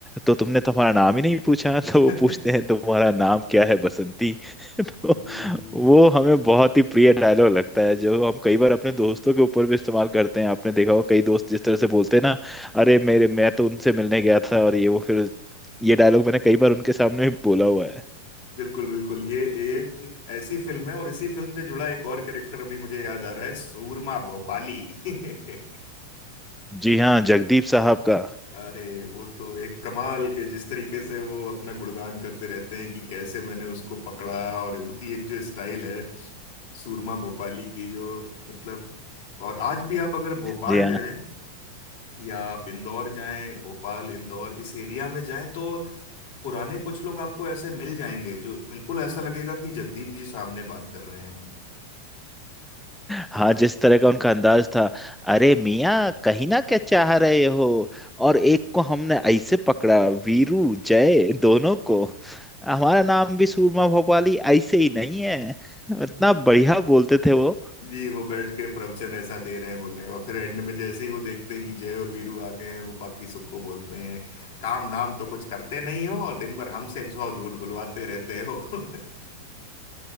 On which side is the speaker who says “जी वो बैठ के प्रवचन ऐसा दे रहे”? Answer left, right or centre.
Left